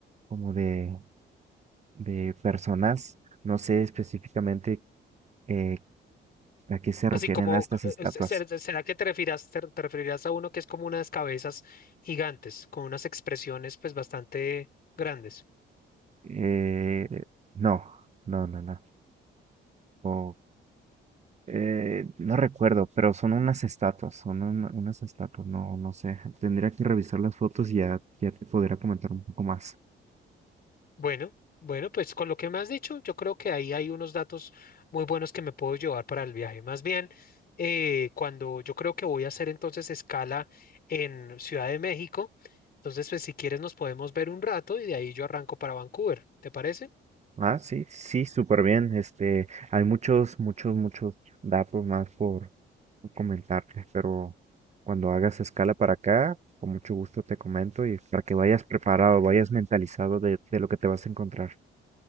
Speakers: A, on the right; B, on the left.
A: como de, de personas. No sé específicamente eh, a qué se
B: Así
A: refieren
B: como,
A: a estas
B: eh,
A: estatuas.
B: eh, se- se- ¿será que te referirás, te te referirás a uno que es como unas cabezas gigantes, con unas expresiones pues bastante grandes?
A: Eh, no, no, no, no. O, eh, no recuerdo, pero son unas estatuas, son un- unas estatuas, no, no sé. Tendría que revisar las fotos y ya, ya te podría comentar un poco más.
B: Bueno, bueno, pues con lo que me has dicho, yo creo que ahí hay unos datos muy buenos que me puedo llevar para el viaje. Más bien, eh, cuando yo creo que voy a hacer entonces escala en Ciudad de México, entonces pues si quieres nos podemos ver un rato y de ahí yo arranco para Vancouver, ¿te parece?
A: Ah, sí, sí, súper bien. Este, hay muchos, muchos, muchos datos más por comentarte, pero cuando hagas escala para acá, con mucho gusto te comento y para que vayas preparado, vayas mentalizado de, de lo que te vas a encontrar.